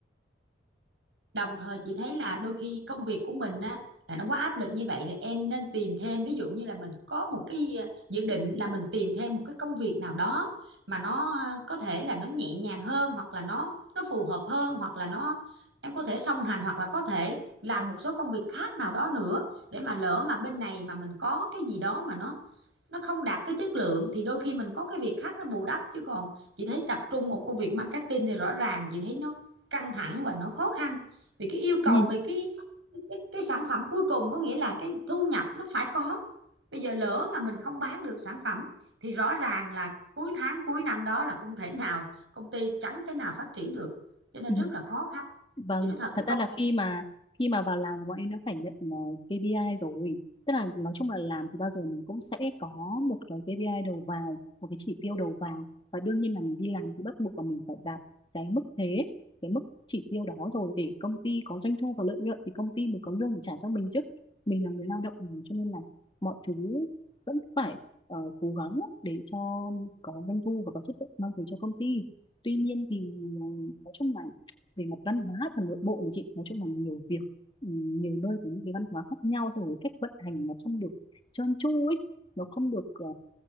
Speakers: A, on the right; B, on the left.
A: đồng thời chị thấy là đôi khi công việc của mình á là nó quá áp lực như vậy thì em nên tìm thêm ví dụ như là mình có một cái ờ, dự định là mình tìm thêm một cái công việc nào đó mà nó ờ, có thể là nó nhẹ nhàng hơn hoặc là nó nó phù hợp hơn hoặc là nó em có thể song hành hoặc là có thể làm một số công việc khác nào đó nữa để mà lỡ mà bên này mà mình có cái gì đó mà nó nó không đạt cái chất lượng thì đôi khi mình có cái việc khác nó bù đắp chứ còn chị thấy tập trung một công việc marketing thì rõ ràng chị thấy nó căng thẳng và nó khó khăn vì cái yêu cầu
B: mà
A: về cái cái, cái sản phẩm cuối cùng có nghĩa là cái thu nhập nó phải có bây giờ lỡ mà mình không bán được sản phẩm thì rõ ràng là cuối tháng cuối năm đó là không thể nào công ty chẳng thể nào phát triển được cho nên
B: <laughs>
A: rất là khó khăn
B: Vâng,
A: chị nói thật
B: thật
A: cái
B: ra
A: công
B: là khi mà khi mà vào làm là bọn em đã phải nhận ờ, KPI rồi. Tức là nói chung là làm thì bao giờ mình cũng sẽ có một cái KPI đầu vào, một cái chỉ tiêu đầu vào và đương nhiên là mình đi làm thì bắt buộc là mình phải đạt cái mức thế, cái mức chỉ tiêu đó rồi để công ty có doanh thu và lợi nhuận thì công ty mới có lương để trả cho mình chứ. Mình là người lao động mà, cho nên là mọi thứ vẫn phải ờ, cố gắng để cho có doanh thu và có chất lượng mang về cho công ty. Tuy nhiên thì ờ, nói chung là về mặt văn hóa và nội bộ này chị nói chung là nhiều việc ừ, nhiều nơi có những cái văn hóa khác nhau xong rồi cách vận hành nó không được trơn tru ấy nó không được ờ,